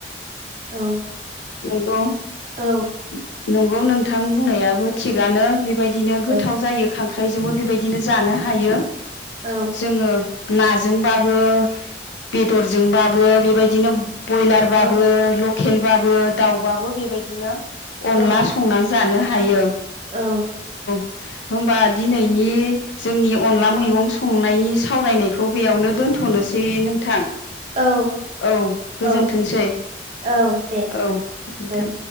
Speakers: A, on the right; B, on the left.
A: औ।
B: दंगआव
A: औ
B: <inaudible> नंगौ नोंथां बुंनायाबो थिगानो। बेबायदिनो गोथाव
A: औ
B: जायो खां ख्रायजोंबो बेबायदि बिदिनो जानो हायो
A: औ
B: जोङो। नाजोंबाबो बेदरजोंबाबो बेबायदिनो बयलारबाबो
A: औ
B: ल खेलबा दाउबाबो बेबायदिनो
A: औ
B: अनला संना जानो हायो।
A: औ।
B: <inaudible> होमबा दिनैनि जोंनि अनला मैगं संनायनि सावरायनायखौ बेयावनो दोनथनोसै नोंथां।
A: औ
B: औ गोजोनथोंसै।
A: औ औ दे
B: औ गोजोन्थों।
A: औ